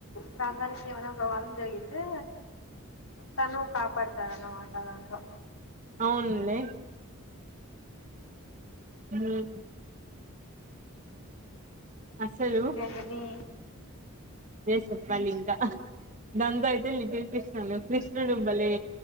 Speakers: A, on the left; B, on the right.
A: ప్రాంతానికి ఏమైన ప్రమాదం జరిగితే తను కాపాడుతారన్న మాట దాంట్లో
B: అవును లే మ్ అసలు
A: ఇంకేంటని
B: చెప్పాలి ఇంకా దాంట్లో అయితే లిటిల్ కృష్ణ కృష్ణ లో కృష్ణుడు బాలే